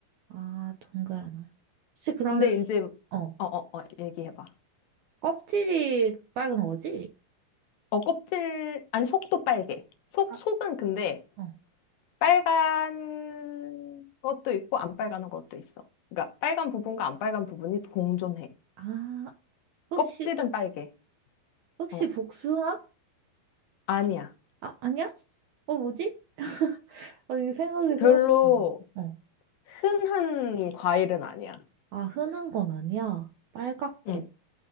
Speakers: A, on the right (about 70°); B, on the left (about 70°).
A: 아, 동그란 거야. 혹시 그러면,
B: 근데 이제, 어,
A: 어,
B: 어, 어, 얘기해봐.
A: 껍질이 빨간 거지?
B: 어, 껍질, 아니, 속도 빨개. 속,
A: 아,
B: 속은 근데
A: 어.
B: 빨간 것도 있고 안 빨간 것도 있어. 그러니까 빨간 부분과 안 빨간 부분이 공존해.
A: 아, 혹시,
B: 껍질은 빨개.
A: 혹시
B: 어,
A: 복숭아?
B: 아니야.
A: 아, 아니야? 어, 뭐지? 어, 이거 생각이 생각보다.
B: 별로
A: 안 나. 어.
B: 흔한 과일은 아니야.
A: 아, 흔한 건 아니야. 빨갛고,
B: 응.